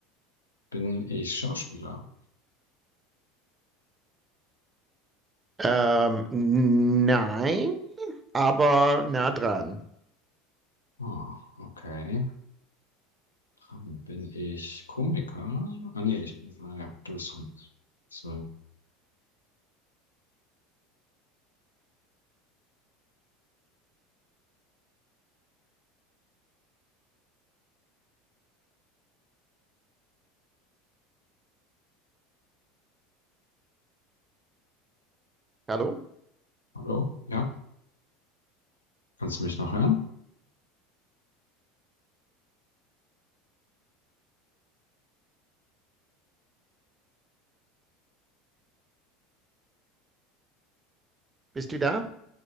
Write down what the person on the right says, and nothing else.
Ähm, nein, aber nah dran.
Hallo?
Bist du da?